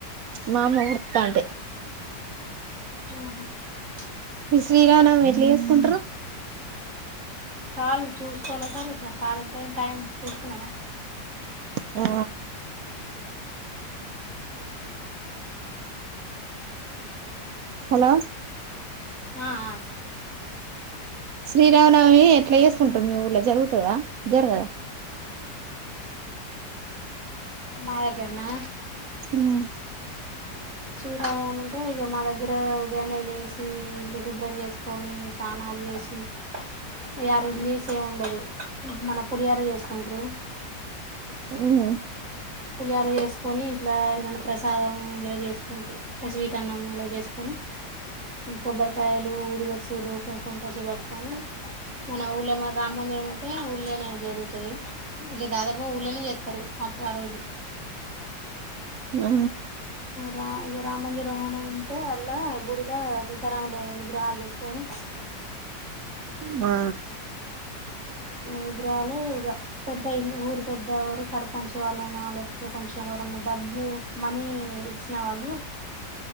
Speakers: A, on the right; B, on the right.
A: మా అమ్మ ఉడుత్తంటె
B: ఆహ
A: మీరు శ్రీరామనవమి ఎట్లా చేసుకుంట్రు
B: కాల్ చూసుకునే <unintelligible> కాల్ ఎంత అయిందో టైం చూసుకున్నాన
A: ఆ హలో
B: ఆఆ
A: శ్రీరామనవమి ఎట్లా చేసుకుంటరు మీ ఊర్ల జరుగుతదా జరగదా
B: మా దగ్గరనా
A: ఉమ్
B: శ్రీరామమి అంటే ఇగ మా దగ్గర ఉదయాన్నే లేసి ఇల్లు శుభ్రం చేసుకొని స్నానాలు చేసి ఇగ ఆ రోజు నీస్ ఏం ఉండదు మన పులిహార చేసుకుంట్రూ
A: ఉమ్
B: ఇగ అదే చేసుకొని ఇంట్ల ఏదన్న ప్రసాదం ఇలా చేసుకుంటు ఇగ స్వీట్ అన్నం ఇలా చేసుకొని కొబ్బరికాయలు ఊది బస్తీలు పసుం పసు పట్టుకొని మన ఊళ్ళ మో రామందిరం ఉంటే ఊళ్ళేనే జరుగుతది ఇగ దాదాపు ఊళ్ళనే చేత్తరు ఆప్ ఆ రోజు
A: ఆ
B: రా రామ మందిరం అంటే అళ్ళ గుడిలా సీతారాముల విగ్రహాలు తెస్తారు
A: ఆ
B: విగ్రాలు పెద్దయి ఊరు పెద్దరు సర్పంచ్ వాళ్ళయినా లేకపోతే కొంచెం ఎవరన్నా డబ్బు మనీ ఇచ్చిన వాళ్ళు